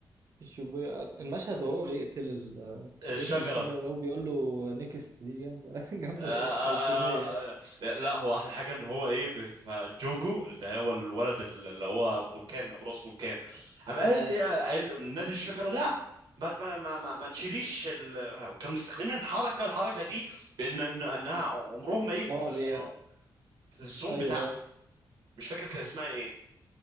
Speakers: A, on the right (about 45°); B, on the right (about 80°).
A: في الشيبويا المشهد وهو بيقتل ال...
B: الشجرة
A: بيقتل الشجرة ده وبيقول له نيكست دي جامدة <laughs> جامدة
B: آه،
A: فشخ
B: آه،
A: أيقونية يعني
B: آه، آه، لا هو احلى حاجه ان هو ايه بف- جوجو اللي هو الولد اللي هو بركان ابو راس بركان قام قال
A: اه
B: لي قال نادي الشجره لا ما ما ما ما, ما تشيليش ال... كانوا مستخدمين الحركه الحركه دي بان إن- انها عمرهم ما يبقوا
A: ان هو
B: في الزون
A: بي...
B: في الزون
A: ايوه
B: بتاعته
A: آه.
B: مش فاكر كان اسمها ايه